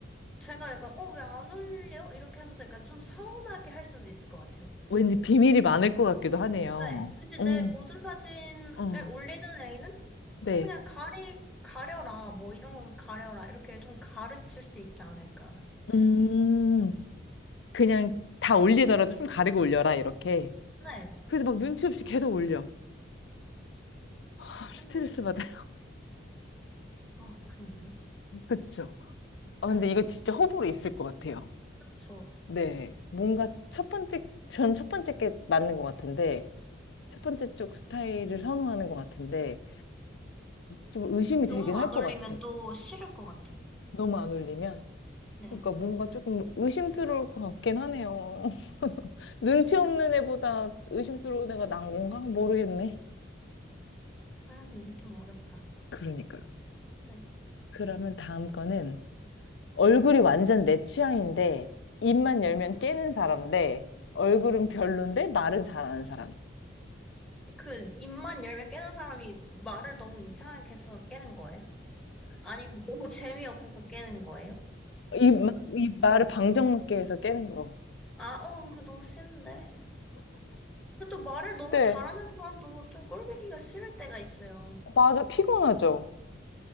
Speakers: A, in the centre; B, on the left (about 70°).
A: 제가 약간, 어, 왜 안 올려? 이렇게 하면서 약간 좀 서운하게 할 수도 있을 것 같아요.
B: 왠지 비밀이 많을 것 같기도 하네요.
A: 네. 왠지 내
B: 응,
A: 모든 사진을
B: 응.
A: 올리는 애인은
B: 네.
A: 어, 그냥 가리, 가려라. 뭐 이런 거는 가려라. 이렇게 좀 가르칠 수 있지 않을까.
B: 음, 그냥 다 올리더라도 좀 가리고 올려라, 이렇게.
A: 네.
B: 그래서 막 눈치 없이 계속 올려. <laughs>
A: 그러면,
B: 스트레스 받아요.
A: 아, 그러네.
B: 그쵸. 아,
A: 네.
B: 근데 이거 진짜 호불호 있을 것 같아요.
A: 그렇죠.
B: 네. 뭔가 첫 번째, 저는 첫 번째 게 맞는 것 같은데, 첫 번째 쪽 스타일을 선호하는 것 같은데, 좀 의심이
A: 너무
B: 되긴 할
A: 안
B: 것
A: 올리면
B: 같아.
A: 또 싫을 것 같아요.
B: 너무 안 올리면.
A: 네.
B: 그러니까 뭔가 조금 의심스러울 것 같긴 하네요. <laughs> 눈치
A: 좀,
B: 없는 애보다 의심스러운 애가 난 건가? 모르겠네.
A: 아, 이거 좀 어렵다.
B: 그러니까요.
A: 네.
B: 그러면 다음 거는 얼굴이 완전 내 취향인데 입만 열면 깨는 사람 대 얼굴은 별론데 말은 잘하는 사람.
A: 그, 입만 열면 깨는 사람이 말을 너무 이상하게 해서 깨는 거예요? 아니면 너무 재미없어서 깨는 거예요?
B: 이, 마- 이 말을 방정맞게 해서 깨는 거.
A: 아, 어, 이거 너무 싫은데. 근데 또 말을 너무
B: 네,
A: 잘하는 사람도 좀 꼴보기가 싫을 때가 있어요.
B: 맞아. 피곤하죠.